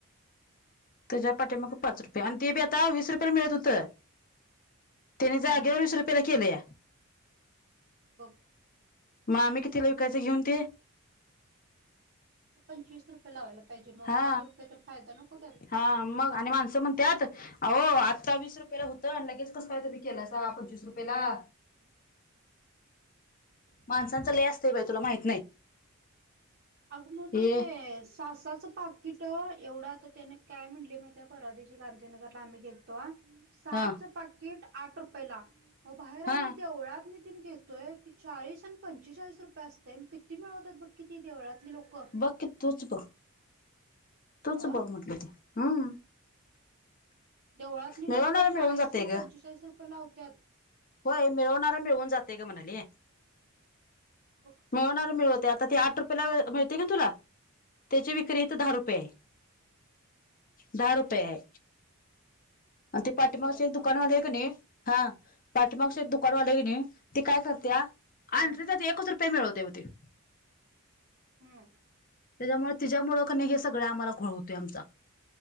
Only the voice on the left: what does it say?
त्याच्या पाठीमागे पाच रुपये आणि ते बी आता वीस रुपयला मिळत होतं. त्याने जागेवर
वीस रुपयेला केलेया.
मग आम्ही कितीला विकयाच घेऊन ते.
हा
हा मग. आणि माणसं म्हणत्यातं. आव आत्ता वीस रुपयाेला होतं लगेच कसं काय तुम्ही केलासा पंचवीस रुपयाेला. माणसांचं लयं असतयं बायं तुला माहिती
ये
हा
हा
बघं की तूच बघं. तूच
बघ म्हटलं ते हम्म.
मिळवणारा
मिळून
जाते
ग
होय मिळवणारा मिळवून जातयं गं म्हणाली.
मिळवणारी मिळवते आता आठ रुपयेला मिळते की तुला त्याची विक्री इथ
दहा रुपये आहे.
दहा रुपये आहे. आणि ते पाठीमागचे
एक दुकानवाली आहे का नाही हा पाठीमागची
एक दुकानवाली आहे की नाही. ती काय करत्या
आणतयं त्या एकच रुपये मिळवतयं त्यो.
त्याच्यामुळे तिच्यामुळं क नाही हे सगळं आम्हाला घोळवतोय आमचा.